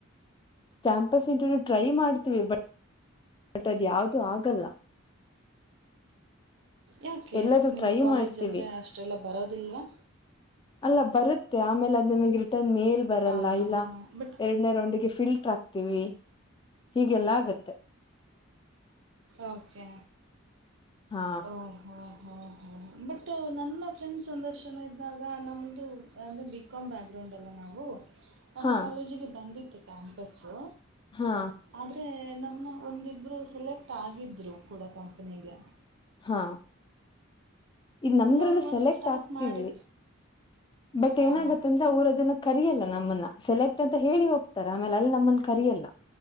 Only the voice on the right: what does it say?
ಯಾಕೆ
ನಿಮ
ಕಾಲೇಜ್
ಅಂದ್ರೆ ಅಷ್ಟೆಲ್ಲ ಬರೋದಿಲ್ವಾ
ಹಾಂ ಹಾಂ
ಹಾಂ ಬಟ್
ಓಕೆ
ಹ ಹ ಹ ಹ ಬಟ್ ನನ್ನ ಫ್ರೆಂಡ್ಸ್ ಒಂದ ಜನ ಇದ್ದಾಗ ನಮ್ದ ಅಂದರೆ ಬಿ ಕಾಮ್ ಬ್ಯಾಕ್ಗ್ರೌಂಡಲ್ಲ ನಾವು ನಮ್ಮ
ಕಾಲೇಜಿಗೆ ಬಂದಿತ್ತು ಕ್ಯಾಂಪಸ್ಸು
ಆದ್ರೆ ನಮ್ಮನ ಒಂದಿಬ್ರು ಸೆಲೆಕ್ಟ್ ಆಗಿದ್ರು ಕೂಡ ಕಂಪನಿಗೆ
ಬಟ್ ಅವರು ವರ್ಕ್
ಸ್ಟಾರ್ಟ್
ಮಾಡಿ
ಹಾಂ